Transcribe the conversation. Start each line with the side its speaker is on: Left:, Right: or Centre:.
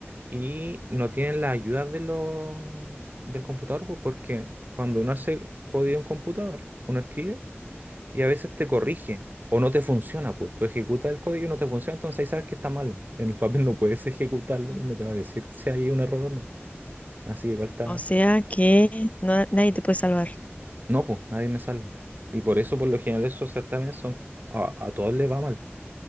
Right: y no tienen la ayuda de lo del computador, pues porque cuando uno hace código en computador, uno escribe y a veces te corrige o no te funciona, pues tú ejecutas el código y no te funciona, entonces ahí sabes que está malo. En el papel no puedes ejecutarlo
Left: Mm.
Right: y no te va a decir si hay un error o no. Así que igual está,
Left: O sea que no- nadie te puede salvar.
Right: no, pues nadie me salva. Y por eso, por lo general, esos certámenes son, a, a todos les va mal.